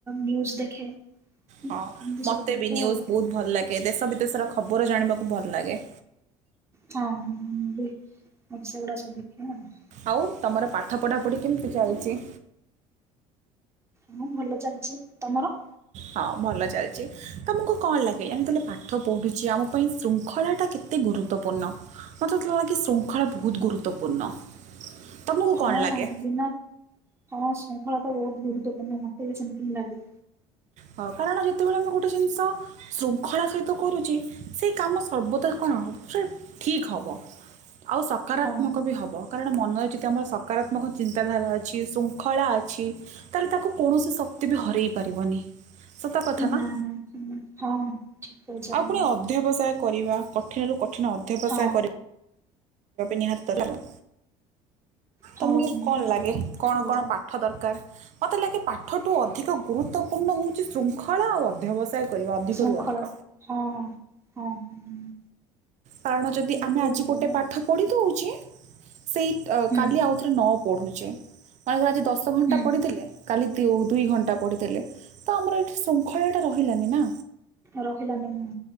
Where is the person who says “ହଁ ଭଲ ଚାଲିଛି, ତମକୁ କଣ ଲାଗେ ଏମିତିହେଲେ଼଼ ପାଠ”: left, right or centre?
Right